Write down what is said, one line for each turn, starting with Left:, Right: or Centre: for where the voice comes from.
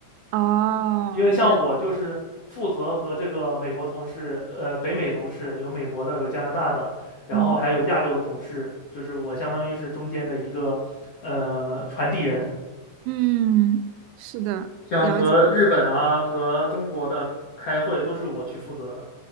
Right: 哦，
Left: 因为像我就是负责和这个美国同事，
Right: 原来，
Left: 呃，北美同事有美国的，有加拿大的，然后还有亚洲的同事，
Right: 嗯
Left: 就是我相当于是中间的一个呃传递人，
Right: 嗯，是的，
Left: 像和日本啊和中国的开会都是我去负责的。
Right: 了解。